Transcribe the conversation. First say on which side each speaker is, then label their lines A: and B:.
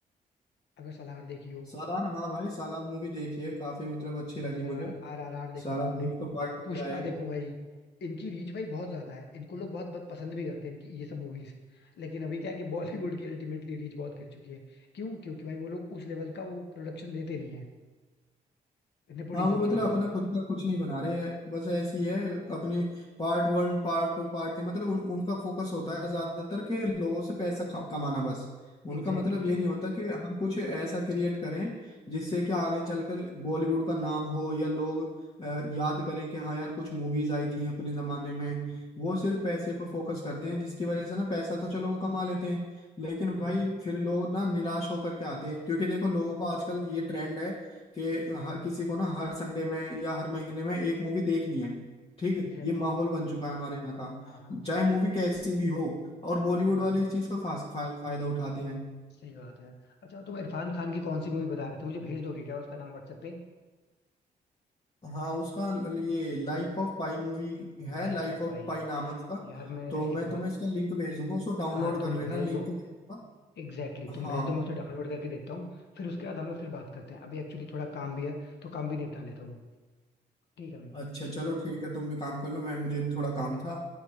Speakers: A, on the left; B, on the left.
A: अगर सलार देखी हो
B: सालार हाँ भाई सालार मूवी देखिए काफी मतलब अच्छी लगी
A: सलार
B: मुझे
A: आर आर आर देखा
B: सालार
A: हो तुमने
B: मूवी का पार्ट टू
A: पुष्पा
B: भी आएगा
A: देखो भाई इनकी रीच भाई बहुत ज्यादा है इनको लोग बहुत बहुत पसंद भी करते हैं इनकी ये सब मूवीज लेकिन अभी क्या है कि बॉलीवुड की अल्टीमेटली रीच बहुत गिर चुकी है क्यों क्योंकि भाई वो लोग उस लेवल का वो प्रोडक्शन देते नहीं है नेपोटिज्म
B: हाँ वो मतलब
A: की वजह
B: अपना
A: से
B: खुद का कुछ नहीं बना रहे हैं बस ऐसी है अपने part one part two part three मतलब उन, उनका फोकस होता है ज्यादातर के लोगों से पैसा ख- कमाना बस उनका
A: एग्जैक्टली
B: मतलब
A: exactly,
B: ये नहीं होता कि हम कुछ ऐसा क्रिएट करें जिससे कि आगे चलकर बॉलीवुड का नाम हो या लोग अ, याद करें कि हाँ यार कुछ मूवीज आई थी अपने जमाने में वो सिर्फ पैसे पर फोकस करते हैं जिसकी वजह से ना पैसा तो चलो वो कमा लेते हैं लेकिन
A: हाँ
B: भाई फिर लोग ना निराश होकर के आते हैं क्योंकि देखो लोगों को आजकल ये ट्रेंड है कि हर किसी को ना हर संडे में या हर महीने में एक मूवी देखनी है ठीक है
A: एग्जैक्टली
B: ये माहौल
A: exactly,
B: बन चुका है हमारे यहाँ का
A: हाँ हाँ
B: चाहे मूवी कैसी भी हो और बॉलीवुड
A: हाँ
B: वाले इस चीज का फास फा, फायदा उठाते हैं
A: सही बात है अच्छा तो तुम इरफान खान की कौन सी मूवी बता रहे थे मुझे भेज दोगे क्या उसका नाम व्हाट्सएप पे
B: हाँ उसका ल- ये लाइफ ऑफ पाई मूवी है
A: लाइफ
B: लाइफ
A: ऑफ
B: ऑफ
A: भाई
B: पाई नाम है उसका
A: यार मैं
B: तो
A: ना
B: मैं
A: एक बार
B: तुम्हें इसका लिंक भेज दूंगा उसको डाउनलोड
A: हाँ
B: कर
A: तुम
B: लेना
A: भेज
B: लिंक
A: दो
B: तो भेजूंगा
A: Exactly exactly. तुम
B: हाँ
A: भेज दो मैं उसे डाउनलोड करके देखता हूँ फिर उसके बाद हम लोग फिर बात करते हैं अभी एक्चुअली थोड़ा काम भी है तो काम भी निपटा लेता हूँ ठीक है भाई
B: अच्छा चलो ठीक है तुम भी काम कर लो मैं मुझे भी थोड़ा
A: ओके
B: काम था